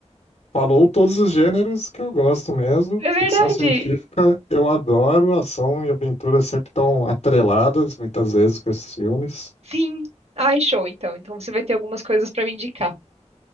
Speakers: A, on the left; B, on the right.
A: Falou todos os gêneros que eu gosto mesmo.
B: É verdade.
A: Ficção científica, eu adoro. Ação e aventura sempre estão atreladas, muitas vezes, com esses filmes.
B: Sim. Ai, show, então. Então você vai ter algumas coisas pra me indicar.